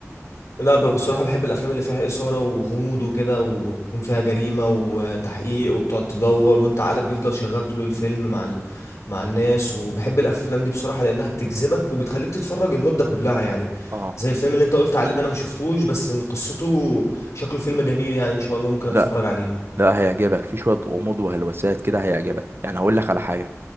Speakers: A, on the left (about 75°); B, on the right (about 45°).
A: لا بصراحه بحب الافلام اللي فيها اثاره وغموض وكده ويكون فيها جريمه وتحقيق وبتقعد تدور وانت عقلك بيفضل شغال طول الفيلم مع ال... مع الناس وبحب الافلام دي بصراحه لانها بتجذبك وبتخليك تتفرج المده كلها يعني
B: اه
A: زي الفيلم اللي انت قلت عليه ده انا ما شفتوش بس من قصته شكله فيلم جميل يعني ان شاء الله ممكن اتفرج
B: لا
A: عليه
B: لا هيعجبك في شوية غموض وهلوسات كده هيعجبك يعني هقول لك على حاجة